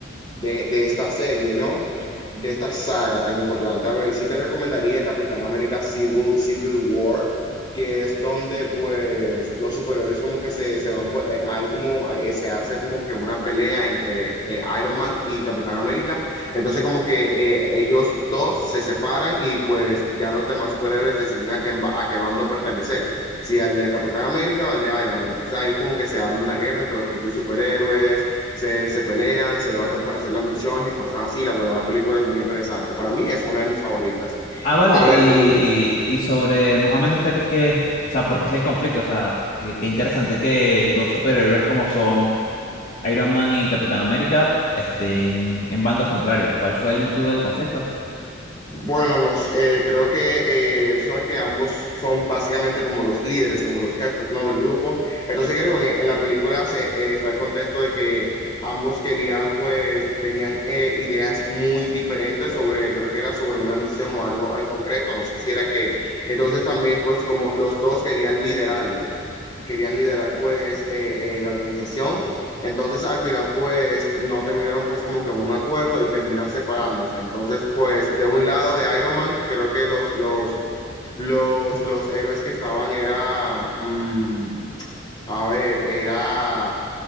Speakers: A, on the left; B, on the left.
A: de, de esta serie, ¿no? De esta saga tan importante. A ver, sí te recomendaría Capitán América Civil, Civil War, que es donde pues los superiores como que se, se van por, eh, hay como, eh, se hace como que una pelea entre eh, Iron Man y Capitán América, entonces como que eh, ellos dos se separan y pues ya los demás superhéroes deciden a qué, a qué bando pertenecer, si al de Capitán América o al de Iron Man, entonces ahí como que se arma una guerra entre los propios superhéroes, se, se pelean, se debaten por hacer las misiones y cosas así. La verdad, la película es muy interesante. Para mí es una de mis favoritas.
B: Ah, vale,
A: A ver,
B: y,
A: también
B: y sobre más o menos qué, qué- o sea, por qué es el conflicto, o sea, qué, qué interesante que dos superhéroes como son Iron Man y Capitán América estén en bandos contrarios. ¿Cuál fue el motivo del conflicto?
A: Bueno, nos, eh, creo que eh, tú sabes que ambos son básicamente como los líderes, como los jefes, ¿no? Del grupo. Entonces creo que en la película se, eh, está el contexto de que ambos querían, pues, tenían eh, ideas muy diferentes sobre, creo que era sobre una misión o algo en concreto, no sé si era que, entonces también, pues, como los dos querían liderarlos, querían liderar, pues, eh, eh, la organización entonces al final pues no terminaron pues como que en un acuerdo y terminan separándose. Entonces pues de un lado de Iron Man creo que los, los, los, los héroes que estaban era, mm, a ver, era,